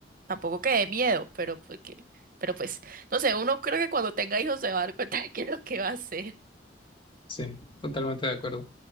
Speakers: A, on the right (about 50°); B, on the left (about 30°).
A: tampoco que de miedo, pero porque, pero pues, no sé, uno creo que cuando tenga hijos se va a dar cuenta <laughs> de qué es lo que va a hacer.
B: Sí, totalmente de acuerdo.